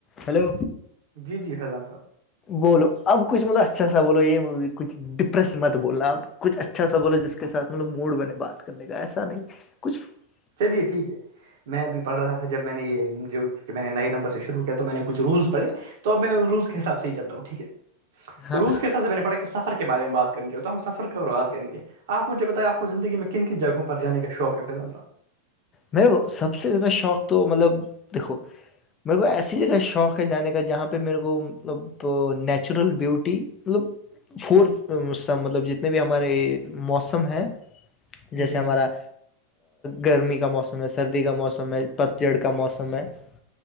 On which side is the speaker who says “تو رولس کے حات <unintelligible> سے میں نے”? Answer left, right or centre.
Right